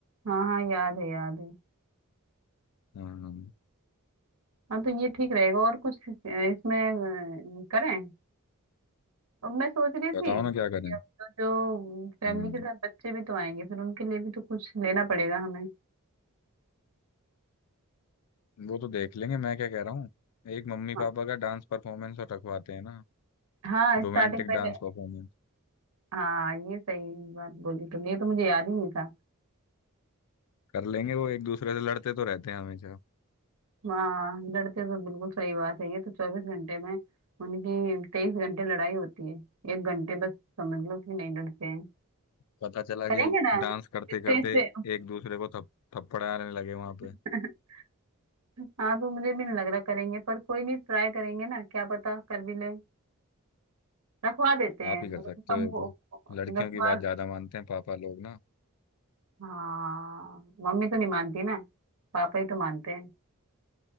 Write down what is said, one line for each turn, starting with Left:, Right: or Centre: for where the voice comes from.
Right: हाँ हाँ याद है याद है
Left: हाँ हाँ।
Right: हाँ तो ये ठीक रहेगा और कुछ अ, इसमें अ, करें और मैं सोच रही थी
Left: बताओ ना
Right: कि
Left: क्या करें
Right: अब तो जो फैमिली
Left: हम्म
Right: के साथ बच्चे भी तो आएंगे फिर उनके लिए भी तो कुछ लेना पड़ेगा हमें
Left: वो तो देख लेंगे मैं क्या कह रहा हूँ एक मम्मी
Right: हाँ
Left: पापा का डांस परफॉर्मेंस और रखवाते हैं ना
Right: हाँ स्टार्टिंग
Left: रोमांटिक
Right: पहले
Left: डांस परफॉर्मेंस
Right: हाँ ये सही बात बोली तुमने ये तो मुझे याद ही नहीं था
Left: कर लेंगे वो एक दूसरे से लड़ते तो रहते हैं हमेशा
Right: हाँ लड़ते तो बिल्कुल सही बात है ये तो चौबीस घंटे में उनकी तेईस घंटे लड़ाई होती है एक घंटे बस समझ लो कि नहीं लड़ते हैं
Left: पता चला
Right: करेंगे
Left: कि
Right: ना
Left: डांस करते
Right: स्टेज
Left: करते
Right: पे
Left: एक दूसरे को थप थप्पड़ाने लगे वहां
Right: <laughs>
Left: पे
Right: हाँ तो मुझे भी नहीं लग रहा करेंगे पर कोई नहीं ट्राई करेंगे ना क्या पता कर भी ले रखवा देते हैं
Left: आप ही कर
Right: अगर
Left: सकते
Right: कम
Left: हो ये
Right: हो
Left: तो लड़कियों
Right: रखवा
Left: की बात ज्यादा मानते हैं पापा लोग ना
Right: हाँ मम्मी तो नहीं मानती ना पापा ही तो मानते हैं